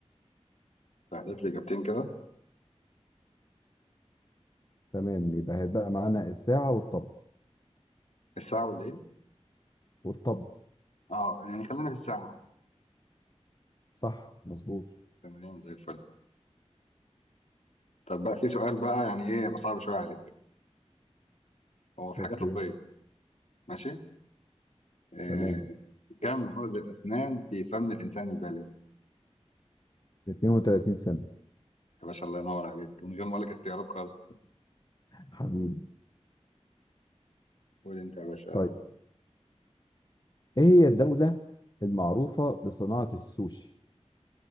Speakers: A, on the left (about 75°); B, on the left (about 40°).
A: تحذف لي اجابتين كده
B: تمام يبقى هيبقى معانا الساعه والطبل
A: الساعه ولا ايه
B: والطبل
A: اه يعني خلينا في الساعه
B: صح مظبوط
A: تمام زي الفل طب بقى في سؤال بقى يعني ايه يبقى صعب شويه عليك هو في
B: اوكي
A: حاجه طبيه ماشي إيه
B: تمام
A: كم عدد الاسنان في فم الانسان البالغ
B: 32 سنه
A: يا باشا الله ينور عليك من غير ما اقول لك اختيارات خالص
B: حبيبي
A: قول انت يا باشا بقى.
B: طيب ايه هي الدولة المعروفة بصناعة السوشي؟